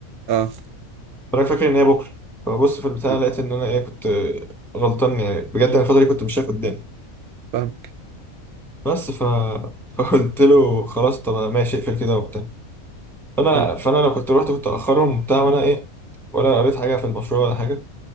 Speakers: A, on the right (about 85°); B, in the centre.
A: اه
B: فانا فاكر ان هي بكره فبص في البتاع
A: آه،
B: لقيت ان انا ايه كنت غلطان يعني بجد انا الفتره دي كنت مش شايف قدامي
A: فاهمك
B: بس ف... <laughs> فقلت له خلاص طب ماشي اقفل كده وبتاع فانا
A: اه
B: فانا لو كنت رحت كنت اخرهم وبتاع وانا ايه ولا قريت حاجه في المشروع ولا حاجه